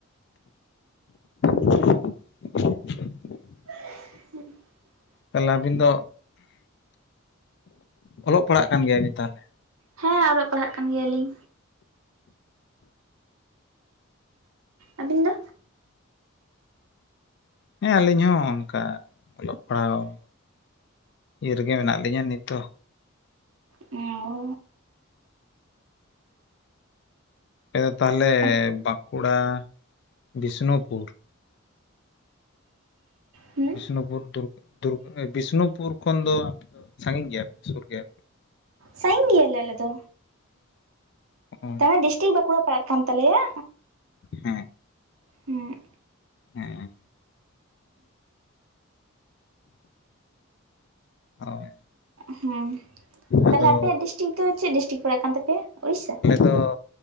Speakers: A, on the left; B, on the right.
A: <inaudible>
B: <unintelligible>
A: ᱛᱟᱦᱚᱞᱮ ᱟᱹᱵᱤᱱ ᱫᱚ ᱚᱞᱚᱜ ᱯᱟᱲᱦᱟᱜ ᱜᱮᱭᱟᱵᱤᱱᱛᱟᱦᱚᱞᱮ
B: ᱦᱮᱸ ᱚᱞᱚᱜ ᱯᱟᱲᱦᱟᱜ ᱠᱟᱱ ᱜᱮᱭᱟᱞᱤᱧ ᱟᱹᱵᱤᱱ ᱫᱚ
A: ᱦᱮᱸ ᱟᱹᱞᱤᱧ ᱦᱚᱸ ᱚᱱᱠᱟ ᱚᱞᱚᱜ ᱯᱟᱲᱦᱟᱣ ᱤᱨ ᱨᱮᱜᱮ ᱢᱮᱱᱟᱜ ᱞᱤᱧᱟᱹ ᱱᱤᱛ ᱫᱚ
B: ᱚᱸ
A: ᱟᱯᱮ ᱫᱚ ᱛᱟᱦᱚᱞᱮ
B: ᱦᱩᱸ
A: ᱵᱟᱸᱠᱩᱲᱟ ᱵᱤᱥᱱᱩᱯᱩᱨ᱾
B: ᱦᱩᱸ
A: ᱵᱤᱥᱱᱩᱯᱩᱨᱩᱨ ᱫᱩᱨ ᱵᱤᱥᱱᱩᱯᱩᱨ ᱠᱷᱚᱱ ᱫᱚ ᱟᱯᱮ ᱫᱚ ᱥᱟᱺᱜᱤᱧ ᱜᱮᱭᱟᱯ ᱥᱩᱨ ᱜᱮᱭᱟ ᱯᱮ
B: ᱥᱟᱜᱤᱧ ᱜᱮᱭᱟᱞᱮ ᱟᱞᱮ ᱫᱚ
A: ᱚ
B: ᱛᱟᱨᱮ ᱰᱤᱥᱴᱤᱠ ᱵᱟᱸᱠᱩᱲᱟ ᱯᱟᱲᱟᱜ ᱠᱟᱱ ᱛᱟᱞᱮᱭᱟ
A: ᱦᱮᱸ
B: ᱦᱩᱸ
A: ᱦᱮᱸ ᱦᱳᱭ
B: ᱦᱩᱸ ᱛᱟᱦᱞᱮ
A: ᱟᱫᱚ
B: ᱟᱯᱮᱭᱟᱜ ᱰᱤᱥ ᱰᱤᱥᱴᱤᱠ ᱫᱚ ᱪᱮᱫ ᱰᱤᱥᱴᱨᱤᱠ ᱯᱟᱜ ᱠᱟᱱ ᱛᱟᱯᱮᱭᱟ ᱩᱲᱤᱥᱥᱟ
A: ᱛᱚ